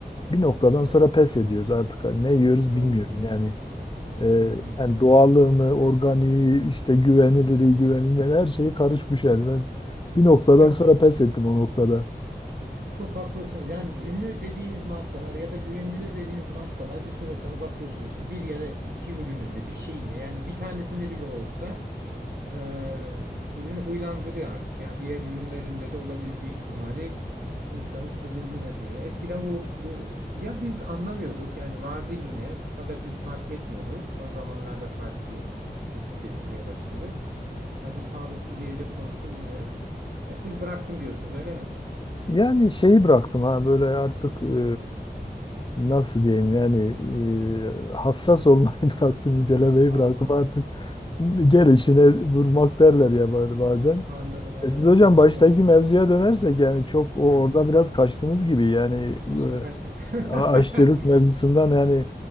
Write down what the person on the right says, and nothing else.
Evet.
Doğru
diyorsunuz.
Hmm.
Ya
Çok haklısınız. Yani ünlü dediğiniz markalar ya da güvenilir dediğiniz markalar bir süre sonra bakıyorsunuz ki bir ya da iki ürününde bir şeyinde yani bir tanesinde bile olsa e, sizin huylandırıyor artık. Yani diğer ürünlerinde de olabileceği ihtimali insanı tedirgin ediyor. Ya eskiden bu bu ya biz anlamıyorduk yani vardı yine fakat biz fark etmiyorduk. Son zamanlarda farkı tespit edilmeye başladı. Ya bu sağlıksız yiyecek konusu bilmiyorum. Ya siz bıraktım diyorsunuz öyle mi?
Anladım.
Anladım anladım.
Tabii futbol
kulübü.
Hı.
Kaçtım kaçtım. <laughs>